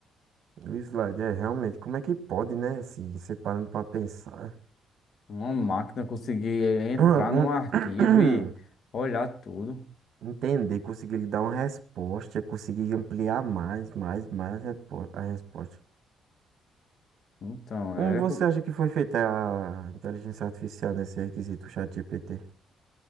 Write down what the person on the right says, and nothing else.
o slide. É, realmente, como é que pode, né? Assim, você parando pra pensar.
<clears throat>
Entender, conseguir lhe dar uma resposta, conseguir ampliar mais, mais, mais repo- a resposta.
Como
você
acha que foi feita a inteligência artificial nesse requisito ChatGPT?